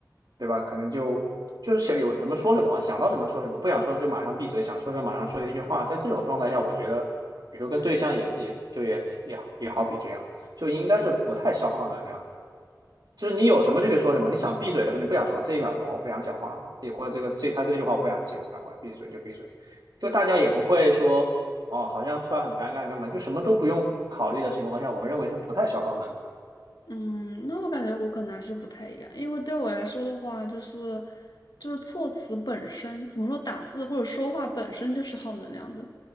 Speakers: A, on the right (about 65°); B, on the left (about 70°).
A: 对吧？可能就就是想有什么说什么嘛想到什么说什么，不想说就马上闭嘴，想说什么马上说一句话。在这种状态下，我觉得，比如说跟对象也也就也也也好比这样，就应该是不太消耗能量的。就是你有什么就可以说什么，你想闭嘴的时候你不想说，这一秒钟哦我不想讲话了，也或者这个这他这句话我不想接，我干嘛闭嘴就闭嘴，就大家也不会说哦，
B: 嗯，
A: 好像突然很尴尬干嘛，就什么都不用考虑的情况下，我认为是不太消耗能量
B: 嗯那我感觉我可能还是不太一样，因为对我来说的话，就是就是措辞本身，怎么说打字或者说话本身就是耗能量的。